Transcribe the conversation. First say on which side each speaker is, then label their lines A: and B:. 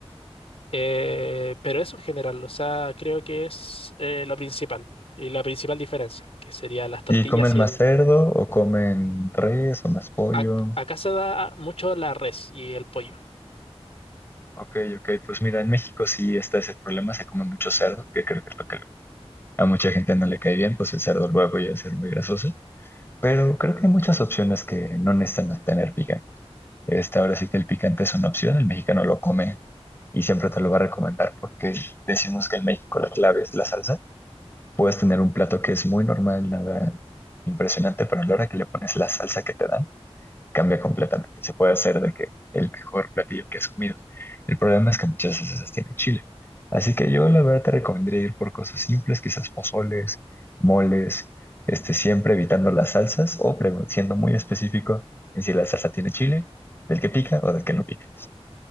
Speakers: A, on the left; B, on the left.
A: Eh, pero eso en general, o sea, creo que es eh, lo principal y la principal diferencia, que sería las tortillas
B: ¿Y comen
A: y
B: más
A: el...
B: cerdo o comen res o más pollo?
A: ac- Acá se da mucho la res y el pollo.
B: Ok, ok, pues mira, en México sí está ese problema, se come mucho cerdo, que creo que es lo que luego a mucha gente no le cae bien, pues el cerdo luego llega a ser muy grasoso, pero creo que hay muchas opciones que no necesitan tener picante. Esta ahora sí que el picante es una opción, el mexicano lo come y siempre te lo va a recomendar porque decimos que en México la clave es la salsa. Puedes tener un plato que es muy normal, nada impresionante, pero a la hora que le pones la salsa que te dan, cambia completamente. Se puede hacer de que el mejor platillo que has comido. El problema es que muchas veces esas tienen chile. Así que yo la verdad te recomendaría ir por cosas simples, quizás pozoles, moles, este, siempre evitando las salsas o pre- siendo muy específico en si la salsa tiene chile, del que pica o del que no pica.